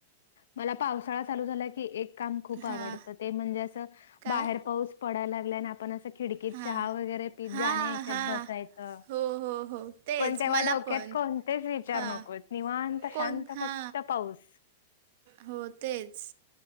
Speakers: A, on the left; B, on the right.
A: मला पावसाळा चालू झाला की एक काम खूप आवडतं
B: हां
A: ते म्हणजे असं
B: काय
A: बाहेर पाऊस पडायला लागलाय आणि आपण असं खिडकीत
B: हां
A: चहा वगैरे पीत
B: हां
A: गाणी ऐकत
B: हां
A: बसायचं
B: हो हो हो तेच
A: पण तेव्हा
B: मला
A: डोक्यात
B: पण
A: कोण तेच विचार
B: हां
A: नको आहेत निवांत
B: कोण
A: शांत
B: हा
A: फक्त पाऊस.
B: हो तेच.